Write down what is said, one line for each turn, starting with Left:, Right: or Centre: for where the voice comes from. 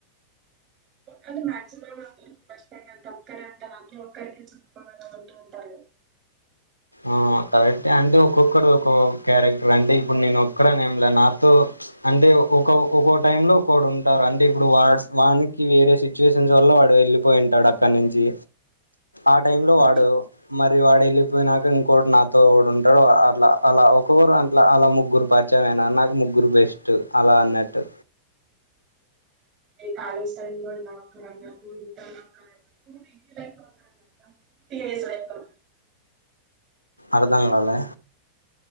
Right: అంటే మాక్సిమం అందరుూ బస్ స్టాండ్ అంతా ఒక్కర అంటారు అందరూ ఒక్కరిక చెప్పుకోవలం అంటూ ఉంటారు
Left: ఆ కాబట్ే అంటే ఒక్కొక్కడు ఒక క్యారెక్టర్ అంటే ఇప్పుడు నేను ఇక్కడే ఏం లేదు నాతో అంటే ఒక ఒక్కో టై లో ఒకడు ఉంటారు అంటే ఇప్పుడు వాడు వానికి వేరే సిచ్యువేషన్స్ వల్ల వాడు వెళ్ళిపోయి ఉంటాడు అక్కడి నుంచి ఆ
Right: కదా
Left: టై లో వాడు మరి వాడు వెళ్ళి పోయినాక ఇంకోటి నాతోడు ఉంటాడు అట్లా అలా ఒక్కొక్కరు అట్ అలా ముగ్గురు పరిచామైనా నాకు ముగ్గురు గురుబెస్ట్ అలా అన్నట్టు
Right: కాాల స ట నా క ఇంటర్ నా గ ఫ లో తజైఫ లో
Left: అర్ధంగాంగాళే